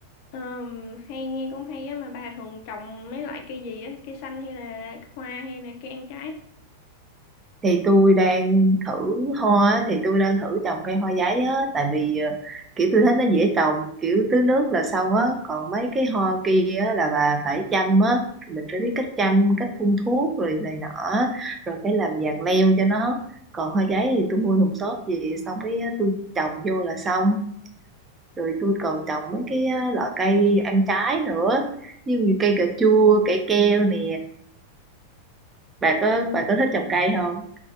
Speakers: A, on the left; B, on the right.
A: ờm, hay nghe cũng hay á mà bà thường trồng mấy loại cây gì á cây xanh hay là hoa hay là cây ăn trái
B: thì tôi đang thử hoa á, thì tôi đang thử trồng cây hoa giấy á tại vì ờ, kiểu tôi thấy nó dễ trồng kiểu tưới nước là xong á còn mấy cái hoa kia á là bà phải chăm á mình phải biết cách chăm cách phun thuốc rồi này nọ á, rồi phải làm giàn leo cho nó còn hoa giấy thì tôi mua thùng xốp về xong cái tôi trồng vô là xong rồi tôi còn trồng mấy cái ờ, loại cây ăn trái nữa như cây cà chua cây keo nè bà có bà có thích trồng cây không